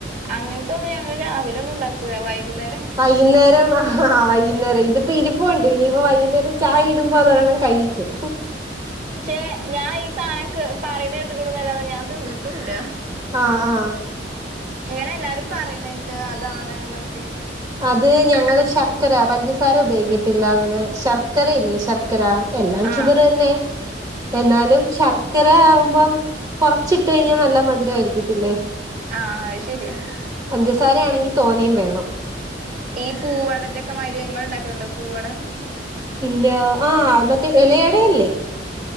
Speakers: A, on the right; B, on the right.
A: അങ്ങനത്തെ ഒന്നും ഞങ്ങള് രാവിലെ ഒന്നും ഉണ്ടാക്കൂല വൈകുന്നേ
B: വൈകുന്നേരം ആഹ് വൈകുന്നേരം ഇത്പ്പം ഇരിപ്പുണ്ട് ഇനിയിപ്പോ വൈകുന്നേരം ചായ ഇടുമ്പോ അതൊരെണ്ണം കഴിക്കും
A: പക്ഷെ ഞാൻ ഈ സാധനം കേ പറയുന്നേ കേട്ടുക്കുണ്ന്നല്ലാതെ ഞാൻ തിന്നിട്ടും ല്ല
B: ആഹ് ആഹ്
A: ഇങ്ങനെ എല്ലാരും പറയണേക്ക അതാണ് എന്നൊക്കെ
B: അത് ഞങ്ങള് ശർക്കര പഞ്ചസാര ഉപയോഗിക്കത്തില്ല അങ്ങനെ ശർക്കരയില്ലേ ശർ ക്കര എല്ലാം
A: ആഹ്
B: ഷുഗർ തന്നെ എന്നാലും ശർ ക്കര ആകുമ്പോ കൊറച്ചിട്ട് കഴിഞ്ഞാൽ നല്ല മധുരം ആയിരിക്കത്തില്ലേ
A: ആ അത് ശരിയാണ്
B: പഞ്ചസാരയാണെങ്കിൽ തോനയും വേണം
A: ഈ പൂവടന്റെ ഒക്കെ മായിരി ങ്ങൾ ഉണ്ടാക്കലുണ്ടോ പൂവട
B: ഇല്ല ആഹ് മറ്റേ എല എടയല്ലേ?